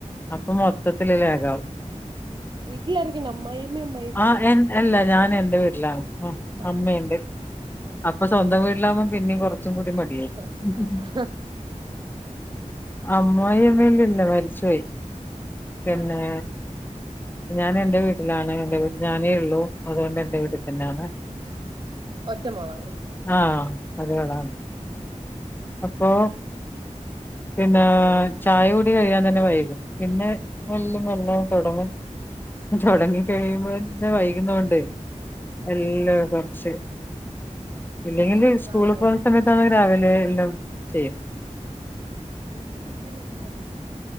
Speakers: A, on the left; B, on the right.
A: അപ്പൊ മൊത്തത്തില് ലാഗാവും
B: വീട്ടിലാരൊക്കെണ്ട് അമ്മായിയമ്മേ അമ്മായ്അച്ചനും
A: ആ എൻ അല്ല ഞാൻഎന്റെ വീട്ട്ലാണ് ഉം
B: ആണോ
A: അമ്മയ്ണ്ട്
B: ആഹ്
A: അപ്പ സ് സ്വന്തം വീട്ടിലാകവുമ്പോം പിന്നേം കൊർച്ചും കൂടി മടിയായിര്ക്കും
B: കൊറ അതാ
A: അമ്മായിയമ്മ ഇല്ല മരിച്ചുപോയി പിന്നെ
B: ആണോ
A: ഞാൻ എന്റെ വീട്ട്ലാണ് എന്റെ വീട്ട്ൽ ഞാനേ ഉള്ളൂ അതുകൊണ്ട് എന്റെ വീട്ട് തന്നാന്ന്
B: ഒറ്റ മോളാണോ?
A: ആഹ് ഒരാളാണ്. അപ്പോ പിന്നെ ചായകുടി കഴിയാൻ തന്നെ വൈകും പിന്നെ മെല്ല മെല്ലെ തൊട്ങ്ങും തൊട്ങ്ങി കഴിയുമ്പോന്നെ വൈകുന്നോണ്ട് എല്ലാ
B: ആഹ്
A: കൊർച്ച് ഇല്ലെങ്കില്
B: സീരിയലൊക്കെ
A: സ്കൂളിൽ
B: കാണുവോ വൈകിട്ട്
A: പോന്ന സമയത്താണെ രാവിലെ എല്ലാം ചെയ്യും.
B: വീട്ട് സീര്യലൊക്കെ കാണോ?